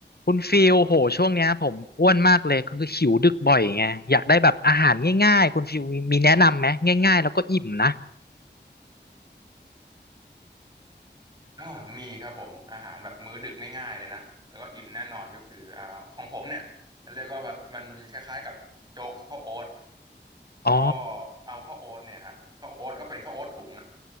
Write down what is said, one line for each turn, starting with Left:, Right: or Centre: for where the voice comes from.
Left: คุณฟิลโห ช่วงเนี้ยผมอ้วนมากเลย คือหิวดึกบ่อยไงอยากได้แบบอาหารง่ายๆ คุณฟิลมีมีแนะนำไหมง่ายๆแล้วก็อิ่มนะ
Right: อ่ามีครับผมอาหารแบบมื้อดึกง่ายๆเลยนะแล้วก็อิ่มแน่นอนก็คืออ่าของผมเนี่ยเรียกว่าแบบมันคล้ายๆกับโจ๊กข้าวโอ๊ต
Left: อ๋อ
Right: ก็เอาข้าวโอ๊ตเนี่ยฮะข้าวโอ๊ตก็เป็นข้าวโอ๊ตถุงนะ